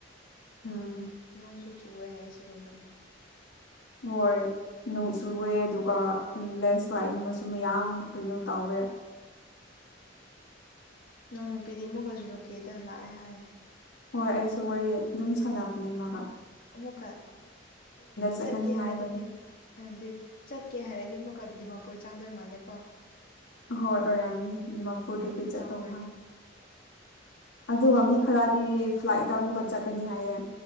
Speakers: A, on the left; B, on the left.
A: ꯎꯝ
B: ꯅꯣꯡ ꯁꯨ ꯆꯨꯦ ꯁꯤ ꯎ
A: ꯍꯣꯏ ꯅꯣꯡ ꯆꯑꯦ ꯑꯗꯨꯒ ꯎꯝ ꯂꯦꯟꯁ꯭ꯂꯥꯏꯠꯀꯨꯝꯕꯁꯨ ꯃꯌꯥꯝ ꯀꯩꯅꯣ ꯇꯧꯋꯦ
B: ꯅꯪ ꯅꯨꯄꯤꯗꯤ ꯑꯃꯨꯛꯀꯖ ꯂꯨꯀꯦꯗ ꯂꯥꯛꯑꯦ ꯍꯥꯏ
A: ꯍꯣꯏ ꯑꯩꯁꯨ ꯋꯥꯔꯤ ꯑꯗꯨꯝ ꯁꯥꯟꯅꯕꯅꯤꯃꯒ
B: ꯑꯃꯨꯛꯀ
A: ꯆꯠꯀꯅꯤ
B: ꯆꯠꯀꯦ ꯍꯥꯏꯔꯗꯤꯗꯤ
A: ꯍꯥꯏꯕꯅꯦ
B: ꯎꯗꯤ ꯆꯠꯀꯦ ꯍꯥꯏꯔꯗꯤ ꯑꯃꯨꯛ ꯗꯤꯃꯥꯄꯨꯔ ꯆꯥꯡꯗꯣꯏ ꯃꯥꯜꯂꯦ ꯀꯣ
A: ꯍꯣꯏ ꯑꯣꯏꯔꯝꯅꯤ ꯗꯤꯃꯥꯄꯨꯔꯗꯒꯤ ꯆꯠꯇꯧ
B: ꯇꯧꯈ꯭ꯔꯅꯤ
A: ꯃꯥ ꯑꯗꯨꯒ
B: ꯁꯤ
A: ꯃꯤ ꯈꯔꯗꯤ ꯐ꯭ꯂꯥꯏꯠꯇ ꯑꯃꯨꯛꯀ ꯆꯠꯀꯅꯤ ꯍꯥꯏꯌꯦꯦ